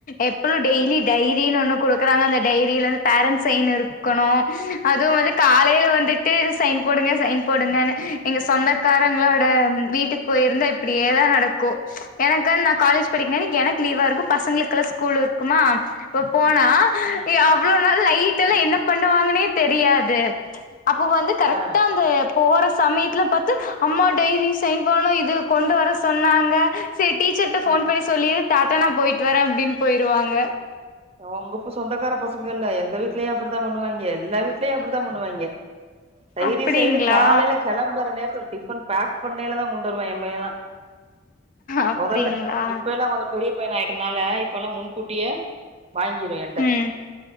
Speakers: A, on the left; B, on the right.
A: எப்பளு டெய்லியு
B: ம்
A: டய்லி வீல் ஒண்ணு குடுக்கறாங்க அந்த டைரிலந்து பேரன்ட்ஸ் சைன் இருக்கணு அதுவு வந்து காலைல
B: ஆ
A: வந்து ட்டு சைன் போடுங்க சைன் போடுங்கனு எங்க சொந்தக்காரங்ளோட
B: ம்
A: ஆ வீட்டுக் போயிருந்தா இப்பிடியேதா நடக்கு எனக்வந்து நா காலேஜ் படிக்கும்போது எனக்கு லீவா இருக்கு பசங்களுக்கெல்லா ஸ்கூல் இருக்குமா இப்ப போனா
B: ம் ம்
A: அவ்ளோலா லைட்டெல்லா என்ன பண்ணுவாங்கன்னே தெரியாது அப்ப வந்து கரெக்டா
B: ஆ
A: அந்த போற சமயத்துல பாத்து அம்மா டைரி சைன் பண்ணணு இது கொண்டு வர சொன்னாங்க செரி டீச்சர்ட்ட ஃபோன்
B: ம்
A: பண்ணி சொல்லிரு டாட்டா நா போயிட்டு வரேன் அப்டின்னு போயிருவாங்க
B: அவங்கப்ப சொந்தக்கார பசங்க இல்ல எங்க வீட்லயு அப்படித்தா பண்ணுவாங்க எல்லா வீட்லயு அப்படித்தா பண்ணுவாங்க டைரி
A: அப்டிங்களா
B: சைன்னு காலைல கெளம்போற நேரத்துல டிஃபன் பேக் பண்ணைலதா கொண்டு வருவா எ பைய்யேலா
A: அப்டிங்களா
B: மொதல்ல இப்ப எல்லா கொஞ்ச பெரிய பையனா ஆயிட்டனால இப்ப எல்லா முன்கூட்டியே வாங்கிரு என்ட்ட
A: ம்